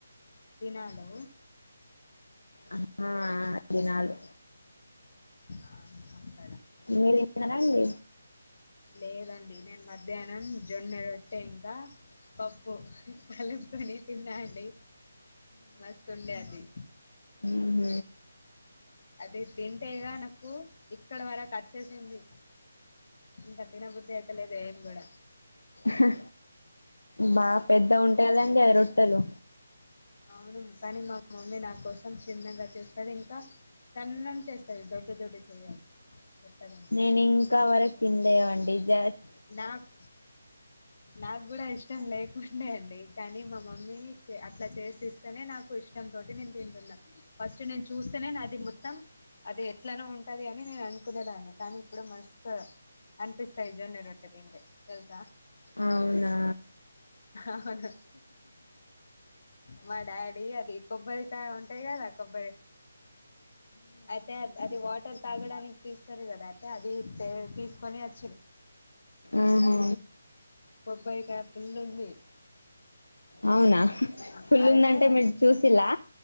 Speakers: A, on the left (about 50°); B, on the left (about 85°).
A: ఉ నాలో
B: ఆ ఆ తినాలి
A: ఆహా
B: మీరు తిన్నారండి
A: లేదండి నేను మధ్యాహ్నం జొన్నరోట్టే ఇంకా పప్పు కలుపుకొని తిన్నా అండి మస్తు ఉండే అది
B: ఉహ
A: అదే తింటేయిగా నాకు ఇక్కడ వారకు వచ్చేసింది ఇంకా తినబుద్ధి అయితలేదు ఏం కూడా
B: హాహా బాగా పెద్ద ఉంటాయి కదండి ఆ రొట్టెలు
A: అవును కానీ మా మమ్మీ నా కోసం చిన్నగా చేస్తాది ఇంకా సన్నం చేస్తది దొడ్డు దొడ్డు చేయదు మెత్తగా
B: నేను ఇంకా వరకు తినలేవండి జాస్
A: నాకు నాకు కూడా ఇష్టం లేక్ ఉండే అండి కానీ మా మమ్మీ అట్లా చేసిస్ ఇస్తేనే నాకు ఇష్టం తోటి నేను తింటున్నా ఫస్ట్ నేను చూస్తేనే నాది మొత్తం అది ఎట్లానో ఉంటుది అని నేను అను కునేదాన్ని కానీ ఇప్పుడు మస్త్ అనిపిస్తాయి జొన్న రొట్టె తింటే తెలుసా
B: అవునా
A: అవును మా డాడీ అది కొబ్బరికాయ ఉంటాయి కదా కొబ్బరి అయితే అది వాటర్ తాగడానికి తీస్తారు కదా అయితే అది తీసుకొని వచ్చి
B: ఆహా
A: కొ బైట పిల్లుంది
B: అవునా ఫుల్
A: ఆ అయితే
B: ఉందంటే మీరు చూసిలా